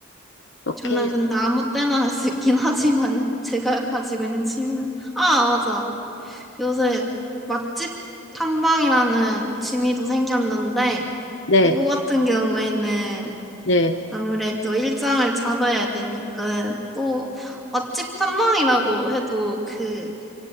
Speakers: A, on the left (about 60°); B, in the centre.
A: 이렇게,
B: 저는
A: 해서-
B: 근데 아무 때나 할 수 있긴 <laughs> 하지만은, 제가 가지고 있는 취미는, 아, 맞아. 요새 맛집 탐방이라는 취미도 생겼는데,
A: 네,
B: 이거 같은 경우에는
A: 네,
B: 아무래도 일정을 잡아야 되니까, 또 맛집 탐방이라고 해도 그,